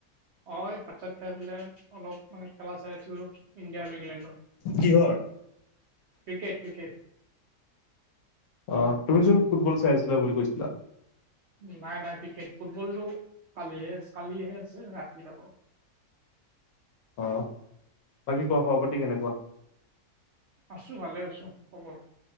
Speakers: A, on the right; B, on the left.
A: অ এই ভাত চাত খাই পেলাই অলপ মানে খেলা চাই আছিলো ইণ্ডিয়াৰ ইংলেণ্ড
B: কিহৰ?
A: ক্ৰিকেট ক্ৰিকেট,
B: অ তুমি চোন ফুটবল চাই আছিলা বুলি কৈছিলা।
A: নাই নাই ক্ৰিকেট ফুটবলতটো কালিহে আ কালিহে আছে ৰাতি আকৌ,
B: অঁ বাকী কোৱা খবৰ পাতি কেনেকুৱা।
A: আছো ভালে আছো হব